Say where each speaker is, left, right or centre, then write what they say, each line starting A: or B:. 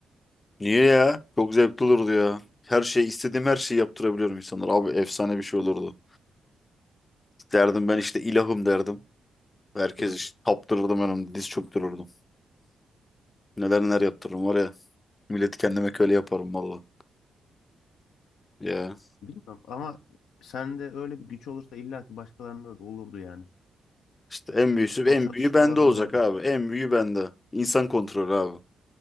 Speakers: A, on the left; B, on the left.
A: Niye ya? Çok zevkli olurdu ya. Her şey istediğim her şeyi yaptırabiliyorum insanlara. Abi efsane bir şey olurdu. Derdim ben işte ilahım derdim. Herkes
B: Hı.
A: işte taptırırdım önümde diz çöktürürdüm. Neler neler yaptırırım var ya. Milleti kendime köle yaparım valla. Ya
B: Bilmiyorum ama sende öyle bir güç olursa illa ki başkalarında da olurdu yani.
A: işte en büyüsü
B: O
A: en
B: çatışmalar
A: büyüğü bende
B: olurdu.
A: olacak abi. En büyüğü bende. İnsan kontrolü abi.